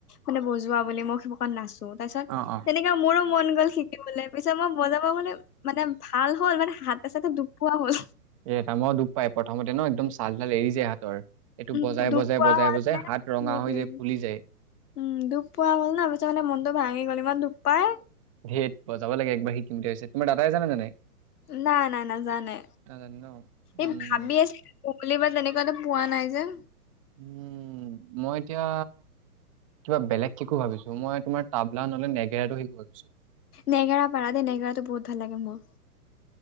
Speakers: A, on the left; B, on the right.
A: মানে বজোৱা বুলি, মোক কত নাচো, তাৰ পিছত
B: অ অ
A: তেনেকে মোৰো মন গ'ল শিকিবলে পিছত মই বজাব বুলি, মানে ভাল হ'ল মানে হাতে চাতে দুখ পোৱা হ'ল।
B: এটা মই দুখ পাই, প্ৰথমতে ন' একদম চাল তাল এৰি যায় হাতৰ। এইটো
A: উম,
B: বজাই
A: দুখ
B: বজাই
A: পোৱা
B: বজাই
A: হ'ল
B: বজাই
A: যে,
B: হাত ৰঙা
A: সেইটোৱে
B: হৈ যায় ফুলি যায়
A: উম, দুখ পোৱা হ'ল ন', পিছত মানে মনটো ভাঙি গ'ল, ইমান দুখ পাই।
B: ধেত' বজাব লাগে, একবাৰ সিকিমতি <unintelligible> হৈছে তোমাৰ দাদাই, জানে নে নাই?
A: নাই-নাই, নাজানে,
B: নাজানে ন
A: এই
B: উম
A: ভাবি আছে বুলিবা তেনেকুৱাটো, পোৱা নাই যে'।
B: উম, মই এতিয়া, কিবা বেলেগ শিকো ভাবিছো। মই তোমাৰ তাবলা, নহলে নেগেৰাটো শিকো ভাবিছো।
A: নেগেৰা পাৰা দেই, নেগেৰাটো বহুত ভাল লাগে মোৰ,